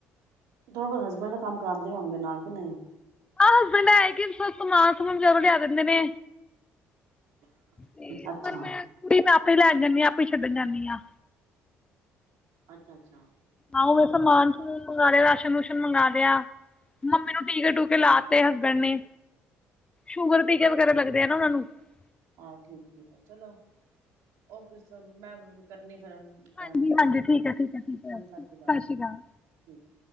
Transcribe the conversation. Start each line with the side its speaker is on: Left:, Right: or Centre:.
Right: <unintelligible> ਹਸਬੈਂਡ ਕੰਮ ਕਰਾਂਦੇ ਹੋਣਗੇ ਨਾਲ ਕੇ ਨਹੀਂ?
Left: ਆਹ ਹਸਬੈਂਡ ਐ ਹੈ ਕਿ ਸਮਾਨ ਸਮੂਨ ਬਜਾਰੋਂ ਲਿਆ ਦਿੰਦੇ ਨੇ ਤੇ
Right: ਅੱਛਾ।
Left: ਪਰ ਮੈਂ ਕੁੜੀ ਮੈਂ ਆਪੇ ਲੈਨ ਜਾਂਨੀ ਆ, ਆਪੇ ਈ ਛੱਡਨ ਜਾਂਨੀ ਆ
Right: ਅੱਛਾ- ਅੱਛਾ
Left: ਆਹੋ ਮੈਂ ਸਮਾਨ <unintelligible> ਰਾਸ਼ਨ- ਰੂਸ਼ਨ ਮੰਗਾ ਲੇਆ, ਮੰਮੀ ਨੂੰ ਟੀਕੇ-ਟੂਕੇ ਲਾ ਤੇ ਹਸਬੰਡ ਨੇ ਸ਼ੂਗਰ ਟੀਕੇ ਵਗੈਰਾ ਲੱਗਦੇ ਏ <unintelligible>
Right: ਹਹੋ ਠੀਕ ਠੀਕ ਆ ਚਲੋ ਓ <unintelligible> ਫਿਰ ਹੁਨ ਟੈਮ
Left: ਹਾਂਜੀ
Right: ਹੋਗੇਆ
Left: ਹਾਂਜੀ
Right: ਹੁਨ
Left: ਠੀਕ ਹੈ ਠੀਕ ਹੈ ਠੀਕ ਹੈ
Right: ਸਤਿ ਸ੍ਰੀ ਕਾਲ ਹੂੰ-ਹੂੰ
Left: ਸ਼੍ਰੀ ਅਕਾਲ
Right: ਠੀਕੇ